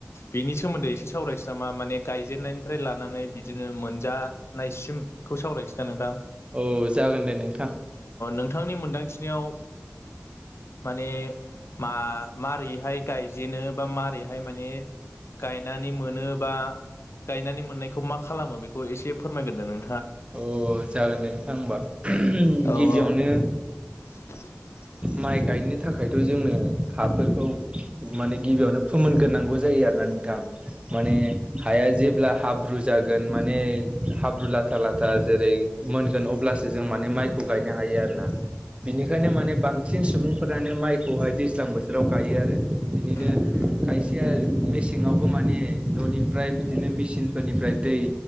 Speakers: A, on the left; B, on the right.
A: बिनि सोमोन्दै एसे सावरायसै नामा माने गायजेनायनिफ्राय लानानै बिदिनो मोनजानायसिमखौ सावरायसदों नोंथां।
B: औ जागोन दे नोंथां
A: नोंथांनि मोनदांथिनायाव माने मा मारैहाय गायजेनो बा मारैहाय माने गायनानै मोनो बा गायनानै मोननायखौ मा खालामो बेखौ एसे फोरमायग्रोदो नों
B: अ जागोन दे नोंथां होमबा
A: औ
B: गिबियावनो
A: औ <inaudible>
B: माइ गायनो थाखायथ' जोंनो हाफोरखौ माने गिबियावनो फोमोनग्रोनांगौ जायो आरोना नोंथां माने हाया जेब्ला हाब्रु जागोन माने हाब्रु ला लाथा लाथा जेरै मोनगोन अब्लासो जों माने माइखौ गायनो हायो आरो ना। बेनिखायनो माने बांसिन सुबुंफोरानो माइखौहाय दैज्लां बोथोराव गायो आरो बिनिनो
A: <inaudible>
B: खायसेया मेसेङावबो माने न'निफ्राय बिदिनो मेचनफोरनिफ्राय दै